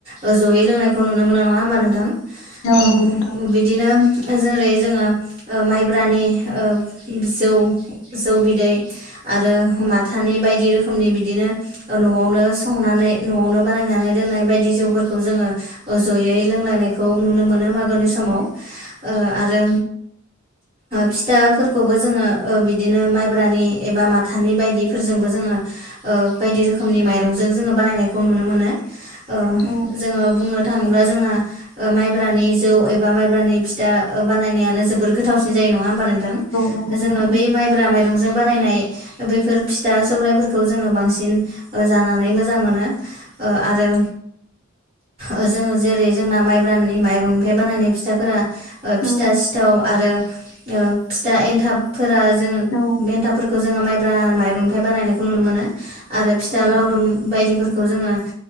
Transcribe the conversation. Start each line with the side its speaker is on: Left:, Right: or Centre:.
Right: ओ लोंनायखौ नुनो मोनो नङा होमबा नोंथां? औ
Left: नंगौ
Right: बिदिनो जेरै जोङो ओ माइब्रानि ओ जौ जौ बिदै आरो माथानि बायदि रोखो खोमनि बिदिनो ओ न'आवनो संनानै न'आवनो बानायनानै दोननाय बायदि जौफोर खौ जोङो ओ ज'यै लोंलायनायखौ नुनो मोनो मागोनि समाव। ओ आरो फिथाफोरखौबो जोङो ओ बिदिनो माइब्रानि एबा माथानि बायदि फोरजोंबो जोङो ओ बायदि रोखोमनि माइरजों जोङो बानायनाय खौ नुनो मोनो ओ
Left: औ नंगौ नोंथां औ
Right: जोङो बुंनो थाङोब्ला जोंना ओ माइब्रानि जौ एबा माइब्रानि फिथा बानायनायानो जोबोर गोथावसिन जायो होनबा नोंथां?
Left: नंगौ नोंथां
Right: जोङो
Left: औ
Right: बै माइब्रा ब्रा माइरंजों बानायनाय बैफोर फिथा सौराइफोरखौ जोङो बांसिन ओ जानानै मोजां मोनो। ओ आरो ओ जोङो जेरै जोंना माइब्रानि माइरंनिफ्राय बानायनाय फिथाफोरा ओ
Left: औ
Right: फिथा सिथाव आरो फिथा एन्थाब फोरा जोङो
Left: औ
Right: एन्थाबफोरखौ जोङो माइ ब्रा माइरंनिफ्राय बानायनायखौ नुनो मोनो। आरो फिथा
Left: औ
Right: लावदुम
Left: नंगौ
Right: बायदिफोर खौ जोङो